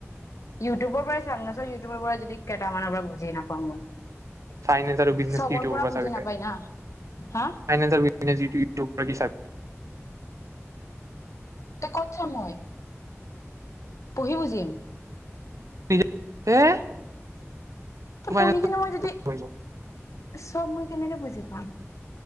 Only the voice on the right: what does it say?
ফাইনেন্স আৰু বিজনেচ
কি ইউটিউবৰ পৰা
চাবি
তই?
ফাইনেন্স আৰু বিজনেছ ইউ টো তই কি চাবি?
নিজ হে <unintelligible>
ফাইনেন্স
ৰ